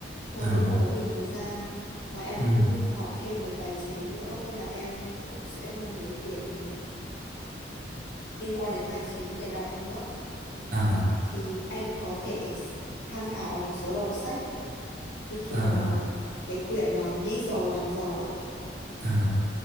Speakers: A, on the left; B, on the right.
A: Nhưng
B: à
A: mà cũng không có nhiều thời gian. Mà em
B: ừ
A: cũng học thêm về tài chính nữa nên là em kiểu sẽ mua mấy quyển liên quan đến tài chính để đọc nữa.
B: à
A: Thì anh có thể tham khảo một số đầu sách như kiểu
B: à
A: cái quyển là nghĩ giàu làm giàu ấy
B: À,